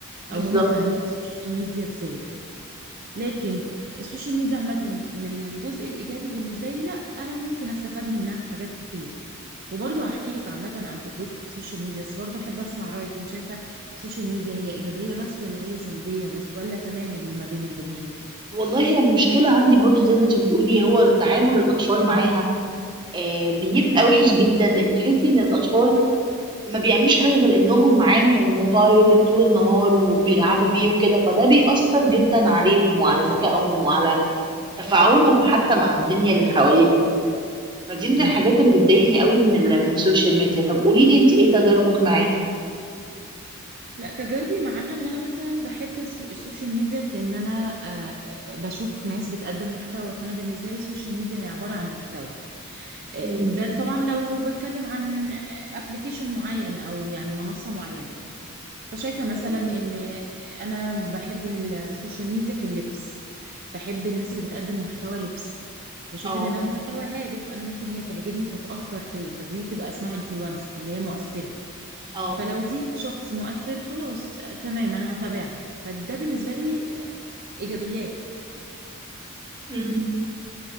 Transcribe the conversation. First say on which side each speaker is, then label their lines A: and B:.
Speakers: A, on the right; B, on the right.
A: بالظبط
B: او هم فاهمين السوشيال ميديا ازاي لكن السوشيال ميديا عامة من الجزء الإيجابي بالنسبة لي لا أنا ممكن أستفاد منها في حاجات كتير وبرضه هحكي لك عامة عن تجربتي في السوشيال ميديا بس برضه أحب أسمع رأيك أنت شايفة السوشيال ميديا هي إيجابية بس ولا هي سلبية بس ولا تمام اللي ما بين البنين
A: والله هي المشكلة عندي برضو زي ما انت بتقولي هو التعامل الأطفال معاها آه بيبقى وحش جدا لأن تحسي إن الأطفال ما بيعملوش حاجة غير انهم معاهم الموبايل طول النهار وبيلعبوا بيه وكده فده بيأثر جدا عليهم وعلى ذكائهم وعلى تفاعلهم حتى مع الدنيا اللي حواليهم فدي من
B: مم.
A: الحاجات اللي بتضايقني قوي من ال- من السوشيال ميديا طب قولي لي انت ايه تجاربك معاه
B: لا تجاربي معاها ان انا مثلا بحب السو- السوشيال ميديا في ان انا آه، آه، بشوف ناس بتقدم محتوى فانا بالنسبه لي السوشيال ميديا هي عباره عن محتوى آه،
A: امم
B: ده طبعا لو بتكلم عن ابلكيشن معين او يعني منصه معينه فشايفة مثلا
A: تمام
B: إن أنا بحب السوشيال ميديا في اللبس بحب الناس اللي بتقدم محتوى لبس بشوف
A: اه
B: إن ده محتوى هادف أنا ممكن هي تعجبني فتأثر فيا فدي تبقى اسمها إنفلونسر اللي هي مؤثرة
A: اه
B: فلو دي شخص مؤثر خلاص آه، تمام أنا هتابعها فده بالنسبة لي آه، إيجابيات
A: امم